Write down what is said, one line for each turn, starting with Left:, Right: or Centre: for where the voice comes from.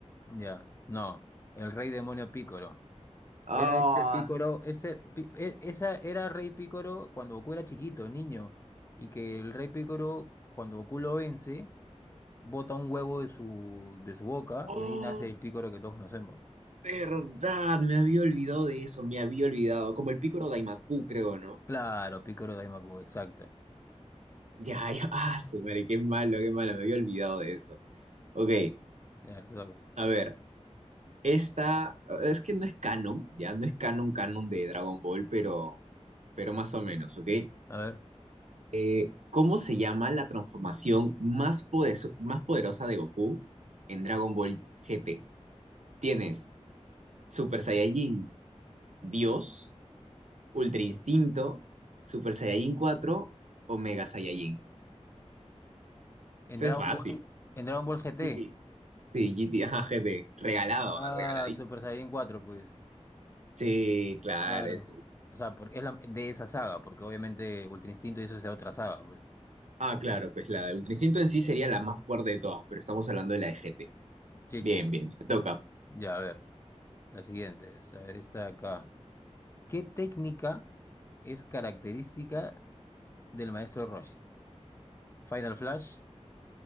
Left: Ya, no, el rey demonio Pícoro.
Right: Ah,
Left: Era este Pícoro, ese, Pi- e- esa era rey Pícoro cuando Goku era chiquito, niño, y que el rey Pícoro, cuando Goku lo vence, bota un huevo de su, de su boca
Right: oh,
Left: y ahí nace el Pícoro que todos conocemos.
Right: verdad. Me había olvidado de eso. Me había olvidado. Como el Picoro Daimaku, creo, ¿no?
Left: Claro, Pícoro Daimaku, exacto.
Right: Ya, ya. <laughs> Ah, su madre, qué malo, qué malo. Me había olvidado de eso. Ok,
Left: A ver, te toca.
Right: a ver. Esta es que no es canon, ya no es canon, canon de Dragon Ball, pero, pero más o menos, ¿ok?
Left: A ver,
Right: Eh, ¿cómo se llama la transformación más, podeso- más poderosa de Goku en Dragon Ball GT? Tienes Super Saiyajin Dios, Ultra Instinto, Super Saiyajin 4 o Mega Saiyajin.
Left: en
Right: Eso
Left: Dragon
Right: es fácil.
Left: Ball, en Dragon Ball GT.
Right: GT. Sí, GT, ajá, GT. Regalado,
Left: Ah,
Right: ah, regaladito.
Left: Super Saiyan cuatro, pues.
Right: Sí, claro.
Left: Claro.
Right: es-
Left: O sea, porque es la- de esa saga, porque obviamente Ultra Instinto y eso es de otra saga, pues.
Right: Ah, claro, pues la de Ultra Instinto en sí sería la más fuerte de todas, pero estamos hablando de la de GT.
Left: Sí,
Right: Bien,
Left: sí, sí.
Right: bien, me toca.
Left: Ya, a ver, la siguiente es, a ver, esta de acá. ¿Qué técnica es característica del maestro Roshi? ¿Final Flash,